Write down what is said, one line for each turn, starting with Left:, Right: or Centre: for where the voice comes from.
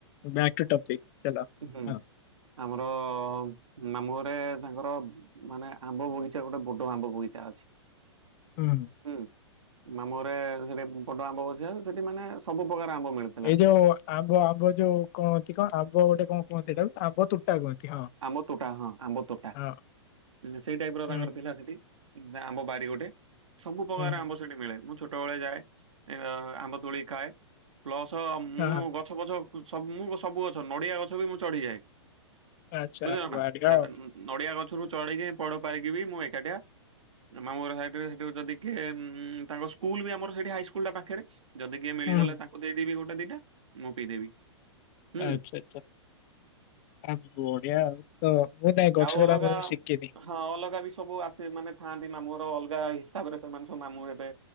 Left: ବ୍ୟାକ୍ ଟୁ ଟପିକ ଚାଲ
Right: ହୁଁ
Left: ହଁ
Right: ଆମର ମାମୁଁ ଘରେ ତାଙ୍କର ମାନେ ଆମ୍ବ ବଗିଚା ଗୋଟେ ବଡ କଣ ଆମ୍ବ ବୋଇଚା ଅଛି
Left: ହୁଁ
Right: ହୁଁ ମାମୁଁ ଘରେ ସେଠି ବଡ଼ ଆମ୍ବ ବସିବା ସେଠି ମାନେ ସବୁ ପ୍ରକାର ଆମ୍ବ ମିଳୁଛି
Left: ଏଇ ଯୋଉ ଆବ ଆବ ଯୋଉ କୁହନ୍ତି କଣ ଆବ ଗୋଟେ କଣ କୁହନ୍ତି ଏଇଟାକୁ ଆବ ତୁଟା କୁହନ୍ତି ହଁ।
Right: ଆମ ତୋଟା ହଁ ଆମ୍ବ ତୋଟା
Left: ହଁ
Right: ସେଇ ଟାଇପ ର
Left: ହୁଁ
Right: ତାଙ୍କର ଥିଲା ସେଠି। ଆମ୍ବ ବାରି ଗୋଟେ ସବୁ ପ୍ରକାର
Left: ହୁଁ ହୁଁ
Right: ଆମ୍ବ ସେଥିମିଳେ ମୁଁ ଛୋଟବେଳେ ଯାଏ ଆମ୍ବ ତୋଳି ଖାଏ ପ୍ଲସ ମୁଁ
Left: ହୁଁ ହଁ ହଁ
Right: ଗ ଗଛ ପଛ ସବୁ ମୁଁ ସବୁ ଗଛ ନଡ଼ିଆ ଗଛ ବି ମୁଁ ଚଢ଼ିଯାଏ।
Left: ଆଚ୍ଛା
Right: ବୁଝିଲ ନା
Left: ବଢିଆ
Right: ସେ
Left: ଆଉ
Right: ନ ନ ନଡିଆ ଗଛରୁ ଚଢିକି ପଇଡ ପାରିକି ମୁଁ ଏକାଟିଆ ମାମୁଁଘର ସାଇଟିରେ ସେଠି ଯଦି କିଏ ତାଙ୍କ ସ୍କୁଲ ବି ଆମର ସେଠି ହାଇସ୍କୁଲଟା ପାଖରେ। ଯଦି କିଏ ମିଳିଗଲେ
Left: ହୁଁ।
Right: ତାଙ୍କୁ ଦେଇଦେବି ଗୋଟେ ଦିଟା ମୁଁ ପିଇଦେବି। ହୁଁ।
Left: ଆଚ୍ଛା ଆଚ୍ଛା ଆ ବଢିଆ। ତ ମୁଁ ନାଇଁ ଗଛଚଢା
Right: ଆଉ ଅଲଗା
Left: ମୁଁ ଶିଖିନି।
Right: ହଁ ଅଲଗା ବି ସବୁ ଆସେ ମାନେ ଥାଆନ୍ତି ମାମୁଁର ଅଲଗା ହି ହିସାବରେ ସେମାନେ ସବୁ ମାମୁଁ ହେବେ